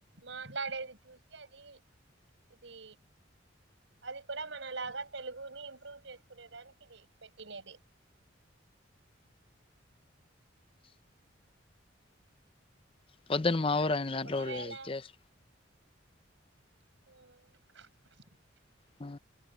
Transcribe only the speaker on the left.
పొద్దున మావొ పన్నెండు గంట్లవ్వుడు
చేస్
మా